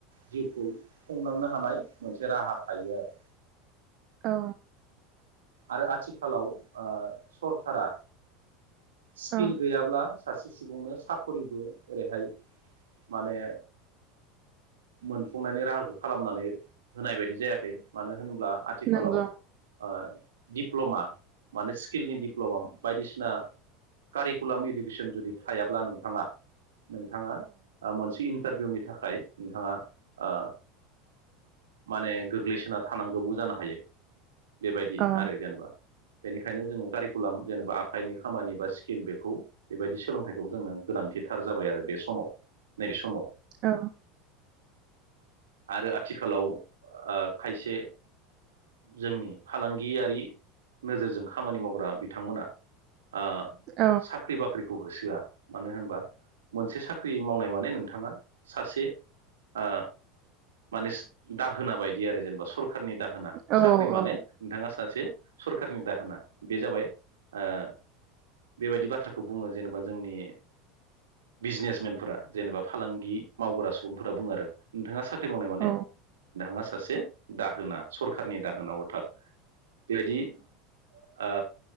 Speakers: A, on the right (about 80°); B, on the right (about 50°).
A: जिउखौ खुंलांनो हानाय मोनसे राहा थायो आरो
B: औ
A: आरो आथिखालाव ओ सरखारा स्किल
B: औ
A: गैयाब्ला सासे सुबुंनो साकरिबो ओरैहाय माने मोनफुंनायनि राहाखो खालामनानै होनाय बायदि जायाखै मानो होनब्ला आथिखालाव
B: नंगौ
A: ओ दिप्ल'मा माने स्किलनि दिप्ल'मा बायदिसिना कारिकुलाम इडुकेसन जुदि थायाब्ला नोंथाङा नोंथाङा ओ मोनसे इन न्टारभिउनि थाखाय नोंथाङा ओ माने गोग्लैसोना थानांगौबो जानो हायो बेबाय
B: औ अ
A: आरो जेनबा बेनिखायनो जोङो कारिकुलाम जेनेबा आखाइनि खामानि बा स्किल बेखौ बेबायदि सोलोंथाइखौबो जोंनो गोनांथिथार जाबाय आरो बे समाव नैबे समाव।
B: औ
A: आरो आथिखालाव ओ खायसे जोंनि फालां गियारि नोजोरजों खामानि मावग्रा बिथांमोना ओ
B: औ
A: साख्रि बाख्रि खौ होसोआ मानो होनबा मोनसे साख्रि मावनाय माने नोंथाङा सासे ओ माने दाहोना बायदि आरो जेनेबा सर खारनि दाहोना
B: औ
A: साख्रि माने
B: औ
A: ङा सासे सरखारनि दाहोना बे जाबाय ओ बेबायदि बाथ्राखौ बुङो जेनेबा जोंनि बिजनेसमेनफोरा जेनेबा फालांगि मावग्रा सुबुंफोरा बुङो आरो नोंथाङा सा ख्रि मावनाय माने
B: औ
A: दाङा सा सासे दाहोना सरखारनि दाहोना अर्थात बेबायदि ओ